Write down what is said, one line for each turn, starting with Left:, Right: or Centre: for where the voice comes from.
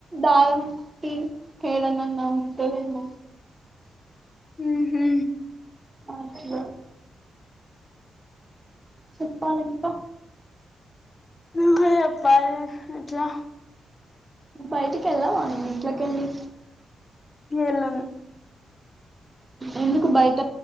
Right: దారంకి ఏడనన్నా ఉంటదేమో
Left: ఉహు
Right: అట్లే చెప్పాల ఇంకా
Left: నువ్వే చెప్పాలి ఎట్లా
Right: బయటికిళ్ళవ నువు ఇంట్లో కెళ్ళి
Left: ఎళ్ళను
Right: ఎందుకు బయట